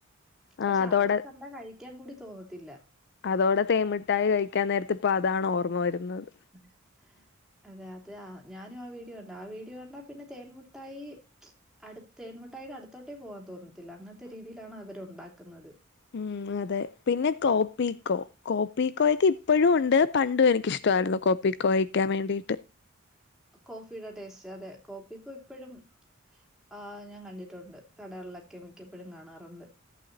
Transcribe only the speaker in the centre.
പക്ഷെ
അതൊക്കെ കണ്ടാ കഴി ക്കാൻ കൂടി തോന്നത്തില്ല
<inaudible> അതെ അതെ ആ ഞാനും ആ വീഡിയോ കണ്ടു ആ വീഡിയോ കണ്ടാ പിന്നെ തേൻമുട്ടായി അടുത്തെ തേന്മുട്ടായിയുടെ അടുത്തോട്ടേ പോവാൻ തോന്നത്തില്ല അങ്ങനത്തെ രീതിയിലാണ് അവര് ഉണ്ടാക്കുന്നത്
കോഫിയുടെ ടേസ്റ്റ് അതെ കോപ്പിക്കോ ഇപ്പഴും ആഹ് ഞാൻ കണ്ടിട്ടുണ്ട് കടകളിലൊക്കെ മിക്കപ്പഴും കാണാറുണ്ട്